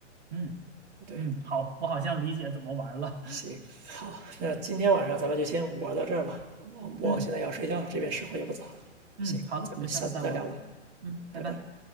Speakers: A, on the right; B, on the right.
A: 嗯
B: 对，
A: 嗯，好，我好像理解怎么玩了。
B: 行，好，那今天晚上咱们就先玩到这儿吧。我我现在要睡觉了，
A: <laughs> 嗯
B: 这边时候也不早了。
A: 嗯，
B: 行，
A: 好的，
B: 咱们下次再聊吧，
A: 我们下次再玩。嗯，
B: 拜拜。
A: 拜拜。